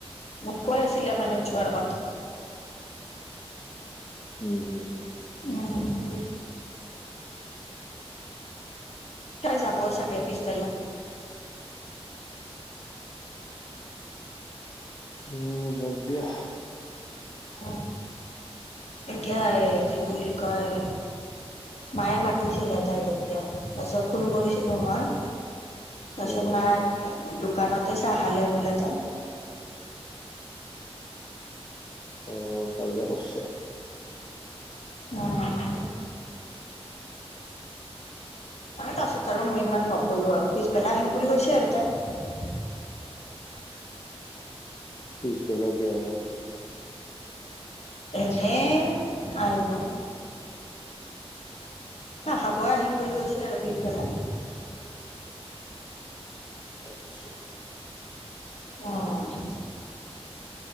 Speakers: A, on the left; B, on the left.
A: মোক কৈ আছিলে মানে যোৱাৰ কথা
B: উম হুম হুম
A: উম তাই যাব চাগে পিছবেলা
B: উম যাক দিয়া
A: অ এতিয়া কি বুলি কয় মায়ে মাতিছিলে তাইক তেতিয়া তাৰপিছত ফোন কৰিছিলো মই পাছত
B: উম,
A: নাই দোকানত চাহ খালে বলে তাই
B: অহ ভালে কৰছে
A: উ ত তাৰছত আৰু মই ইমান নকলো আৰু পিছবেলা আহিম বুলি কৈছে আৰু তাই
B: পিছ বেল কিয় আহে
A: এনেই আহিব <inaudible> খাবই আহিম বুলি কৈছে আৰু পিছবেলা <inaudible>
B: আচ্ছা <inaudible>
A: অ <inaudible>